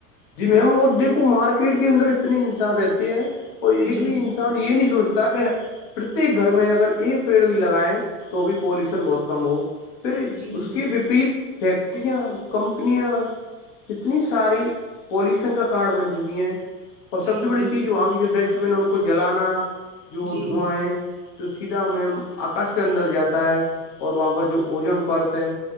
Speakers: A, on the left; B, on the right.
A: جی میم وہ دیکھو مارکیٹ کے اندر اتنے انسان رہتے ہیں اور ایک
B: جی
A: بھی
B: جی
A: انسان یہ نہیں سوچت تاکہ پرتیک گھر میں اگر ایک پیڑ بھی لگائیں تو بھی پالوشن بہت کم ہو پھر
B: جی
A: اس
B: جی
A: کے وپریت فییکٹریا کمپنیاں اتنی ساری پالوشن کا کارڈ بن چکی ہیں اور سب
B: جی
A: سے بڑی
B: جی
A: چیز وہاں کی جو ڈسٹ بن ان کو جلانا جو
B: جی
A: دھوایں تو سیدھا میم آکاش کے اندر جاتا ہے اور وہاں پر جو اوجن پڑتا ہے